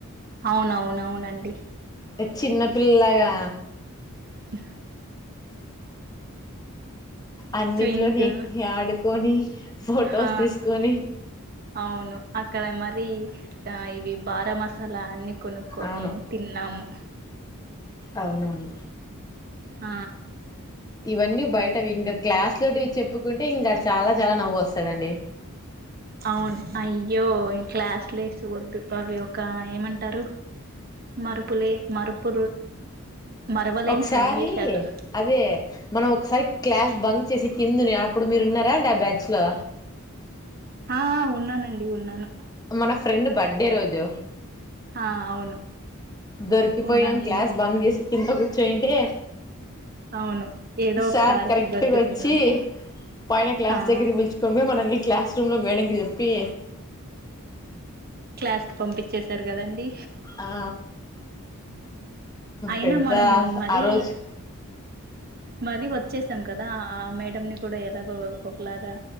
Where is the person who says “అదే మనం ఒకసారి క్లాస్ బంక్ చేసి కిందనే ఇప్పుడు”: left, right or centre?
Left